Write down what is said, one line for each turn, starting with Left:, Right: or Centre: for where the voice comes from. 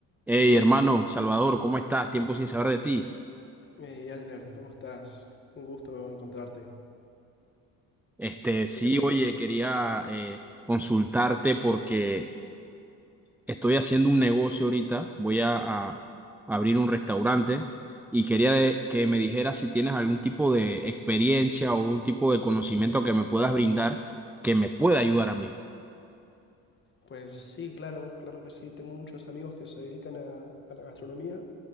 Centre: Hey, hermano, Salvador, ¿cómo estás? Tiempo sin saber de ti.
Left: Hey Albert, ¿cómo estás? Un gusto encontrarte.
Centre: Este, sí,
Left: ¿Qué te cuentas?
Centre: oye, quería eh, consultarte porque estoy haciendo un negocio ahorita. Voy a, a abrir un restaurante y quería de- que me dijeras si tienes algún tipo de experiencia o algún tipo de conocimiento que me puedas brindar que me pueda ayudar a mí.
Left: Pues sí, claro, claro que sí. Tengo muchos amigos que se dedican a, a la gastronomía